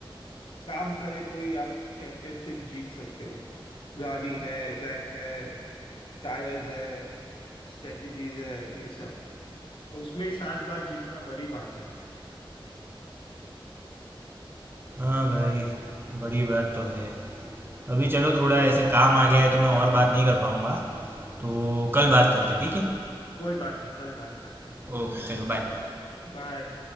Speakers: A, on the left (about 65°); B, on the right (about 25°).
A: काम करे तो ही आप चैंपियनशिप जीत सकते हो गाड़ी है ट्रैक है टायर्स है स्ट्रेटजीज है ये सब और उसमें ही सात बार जीतना बड़ी बात है
B: हाँ भाई बड़ी बात तो है अभी चलो थोड़ा ऐसे काम आ गया है तो मैं और बात नहीं कर पाऊँगा तो कल बात करते हैं, ठीक है
A: कोई बात नहीं कल बात करते हैं
B: ओके चलो बाय
A: बाय